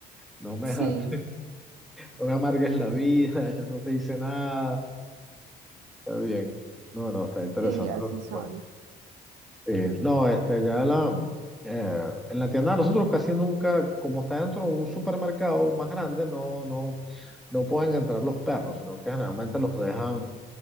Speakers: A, in the centre; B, on the right.
A: no me,
B: Sí,
A: <laughs> no me amargues la vida, yo no te hice nada. Está bien. No, no, está interesante
B: sí, así
A: lo que
B: son.
A: cuenta. Eh, no, este, ya la, eh, en la tienda de nosotros casi nunca, como está dentro de un supermercado más grande, no, no, no pueden entrar los perros, sino que generalmente los dejan